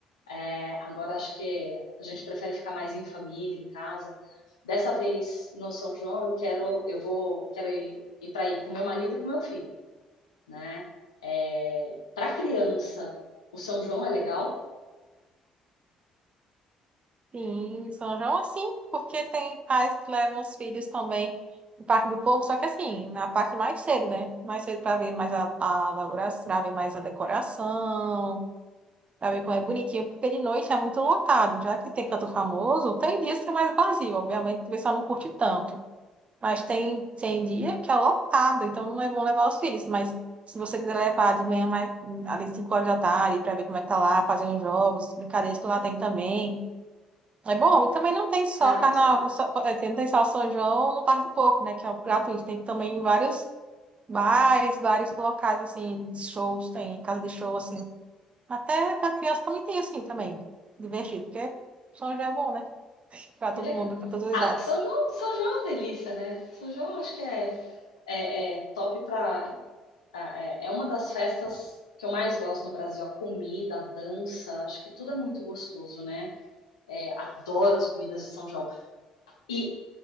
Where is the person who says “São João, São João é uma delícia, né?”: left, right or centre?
Left